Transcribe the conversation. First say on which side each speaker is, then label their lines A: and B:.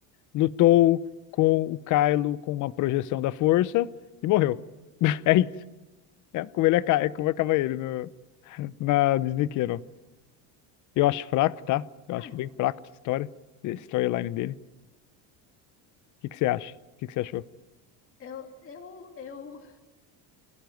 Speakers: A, on the left; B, on the left.
A: lutou com o Kylo com uma projeção da força e morreu. <laughs> É isso. É como ele acaba, é como acaba ele no, na Disney Channel. Eu acho fraco, tá? Eu
B: Ah,
A: acho bem fraco essa história, essa storyline dele. O que que você acha? O que que você achou?
B: eu, eu, eu,